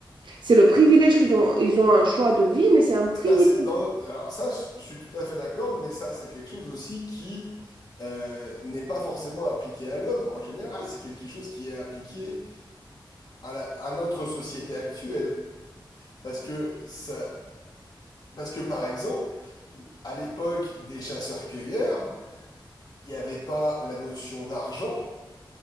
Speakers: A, on the right; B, on the left.
A: C'est le privilège qu'ils ont, ils ont un choix de vie, mais c'est un privilège.
B: ça c'est dans no- alors ça je je suis tout à fait d'accord, mais ça c'est quelque chose aussi qui euh, n'est pas forcément appliqué à l'homme en général, c'est quelque chose qui est appliqué à, la- à notre société actuelle parce que ça parce que par exemple à l'époque des chasseurs-cueilleurs, il n'y avait pas la notion d'argent,